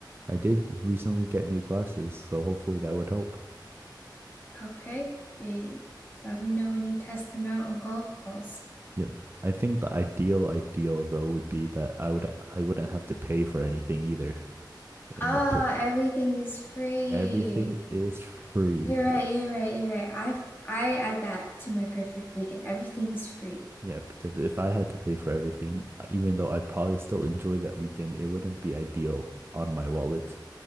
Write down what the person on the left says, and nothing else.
Okay. Eh, Let me know when you test them out on golf balls.
Ah,
everything is free.
You're
right, you're right, you're right. I f- I add that to my perfect weekend. Everything's free.